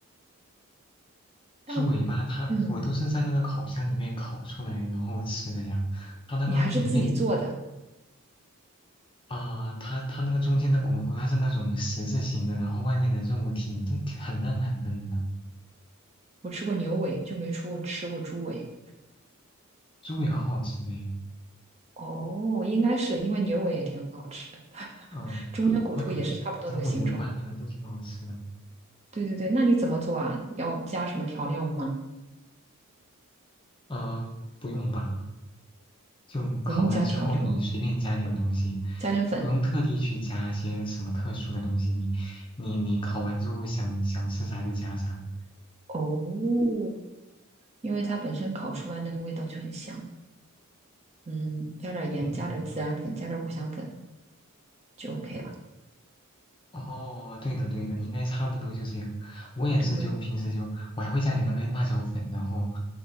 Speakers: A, on the right; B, on the left.
A: 但
B: 猪尾巴它，
A: 嗯，
B: 我都是在那个烤箱里面烤出来然后吃的呀，它那个里面
A: 你还是自己做的。
B: 啊、它它那个中间的骨头，它是那种十字形的，然后外面的肉挺嫩，挺很嫩很嫩的，
A: 我吃过牛尾，就没出过吃过猪尾。
B: 猪尾好好吃的呀
A: 哦，应该是因为牛尾也挺好吃的，
B: 嗯，
A: 中间骨头也是差不多那个形状。
B: 那可可能尾尾巴可能都挺好吃的。
A: 对对对，那你怎么做啊？要加什么调料吗？
B: 呃，不用吧，就烤完之后你随便加点东西，
A: 不用加调料，加点粉
B: 就不用特地去加一些什么特殊的东西。你你你烤完之后想想吃啥就加啥。
A: 哦，因为它本身烤出来那个味道就很香。嗯，加点盐，
B: 嗯
A: 加点孜然粉，加点五香粉就 OK 了。
B: 哦，对的对的，应该差不多就这样。我也是，
A: 对，
B: 就平时就我还会加点那个辣椒粉，然后